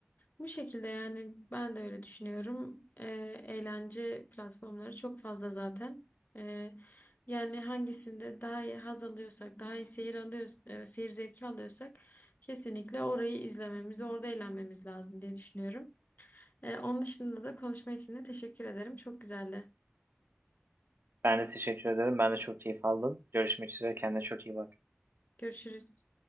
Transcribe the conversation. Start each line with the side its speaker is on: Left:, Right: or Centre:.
Left: Bu şekilde yani ben de öyle düşünüyorum. Ee, eğlence platformları çok fazla zaten. Ee, yani hangisinde daha iyi haz alıyorsak, daha iyi seyir alıyoruz, e, seyir zevki alıyorsak kesinlikle orayı izlememiz, orada eğlenmemiz lazım diye düşünüyorum. Ee, onun dışında da konuşma için de teşekkür ederim. Çok güzeldi.
Right: Ben de teşekkür ederim. Ben de çok keyif aldım. Görüşmek üzere. Kendine çok iyi bak.
Left: Görüşürüz.